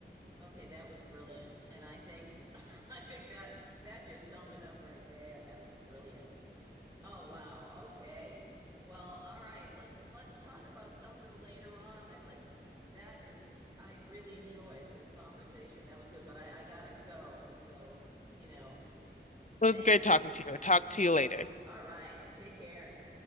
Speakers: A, on the right; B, on the left.
A: okay. That was brilliant. And I think, <laughs> I think that that just summed it up right there. That was brilliant. Oh wow. Okay. Well, all right. Let's let's talk about something later on that like that is I really enjoyed this conversation. That was good, but I, I gotta go. So, you know,
B: So
A: thank
B: it was great
A: you.
B: talking to you. I'll talk
A: It
B: to
A: was
B: you later.
A: all right. Take care.